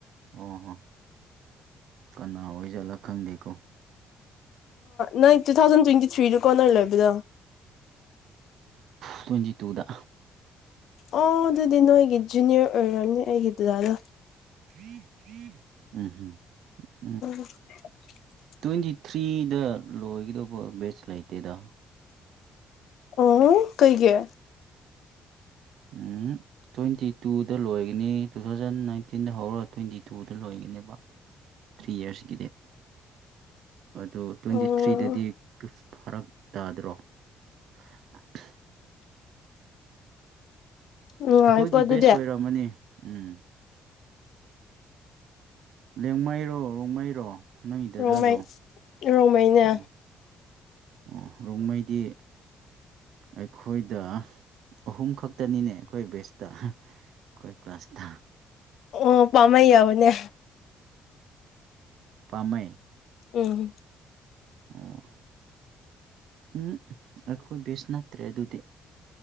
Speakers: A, on the right; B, on the left.
A: ꯑꯣ ꯍꯣ ꯀꯅꯥ ꯑꯣꯏꯁꯤꯠꯂ ꯈꯪꯗꯦꯀꯣ
B: ꯅꯪ ꯇꯨ ꯊꯥꯎꯖꯟ ꯇ꯭ꯋꯦꯟꯇꯤ ꯊ꯭ꯔꯤꯗ ꯀꯅꯔ ꯂꯩꯕꯗ
A: ꯇ꯭ꯋꯦꯟꯇꯤ ꯇꯨꯗ
B: ꯑꯣ ꯑꯗꯨꯗꯤ ꯅꯣꯏꯒꯤ ꯖꯨꯅꯤꯌꯔ ꯑꯣꯏꯝꯅꯦ ꯑꯩꯒꯤ ꯗꯥꯅ
A: ꯎꯝꯝ
B: <unintelligible>
A: ꯇ꯭ꯋꯦꯟꯇꯤ ꯊ꯭ꯔꯤꯗ ꯂꯣꯏꯒꯗꯧꯕ ꯕꯦꯠꯁ ꯂꯩꯇꯦꯗ
B: ꯑꯣ ꯀꯩꯒꯤ
A: ꯎꯝ ꯇ꯭ꯋꯦꯟꯇꯤ ꯇꯨꯗ ꯂꯣꯏꯒꯅꯤ ꯇꯨ ꯊꯥꯎꯖꯟ ꯅꯥꯏꯟꯇꯤꯟꯗ ꯍꯧꯔꯒ ꯇ꯭ꯋꯦꯟꯇꯤ ꯇꯨꯗ ꯂꯣꯏꯒꯅꯦꯕ ꯊ꯭ꯔꯤ ꯏꯔꯁꯀꯤꯗꯤ ꯑꯗꯨ ꯇ꯭ꯋꯦꯟꯇꯤ
B: ꯎꯝ
A: ꯊ꯭ꯔꯤꯗꯗꯤ ꯐꯔꯛ ꯇꯥꯗ꯭ꯔꯣ <unintelligible>
B: ꯅꯨꯡꯉꯥꯏꯀꯣ
A: ꯑꯩꯈꯣꯏꯒꯤ
B: ꯑꯗꯨꯗꯤ
A: ꯕꯦꯁ ꯑꯣꯏꯔꯝꯃꯅꯤ ꯎꯝ ꯂꯦꯡꯃꯩꯔꯣ ꯔꯣꯡꯃꯩꯔꯣ ꯅꯣꯏꯒꯤ ꯗꯗꯥꯗꯣ
B: ꯔꯣꯡꯃꯩ ꯔꯣꯡꯃꯩꯅꯦ
A: ꯎ ꯑꯣ ꯔꯣꯡꯃꯩꯗꯤ ꯑꯩꯈꯣꯏꯗ ꯑꯍꯨꯝ ꯈꯛꯇꯅꯤꯅꯦ ꯑꯩꯈꯣꯏ ꯕꯦꯁꯇ ꯑꯩꯈꯣꯏ ꯀ꯭ꯂꯥꯁꯇ
B: ꯑꯣ ꯄꯥꯝꯃꯩ ꯌꯥꯕꯅꯦ
A: ꯄꯃ
B: ꯎꯝ
A: ꯑꯣ ꯎꯝ ꯑꯩꯈꯣꯏ ꯕꯦꯁ ꯅꯠꯇ꯭ꯔꯦ ꯑꯗꯨꯗꯤ